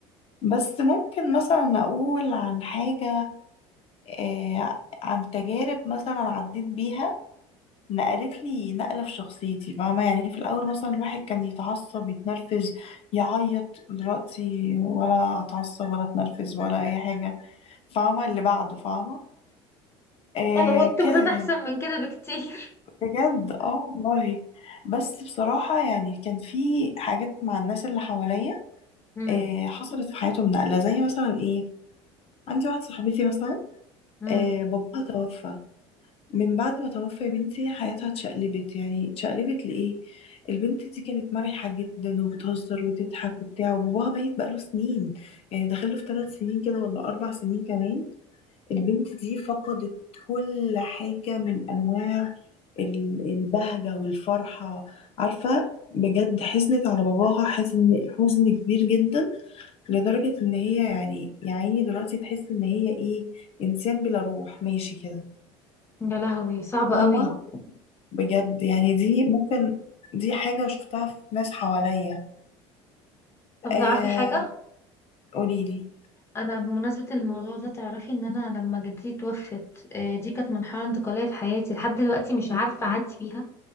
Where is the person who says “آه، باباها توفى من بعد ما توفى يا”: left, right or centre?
Left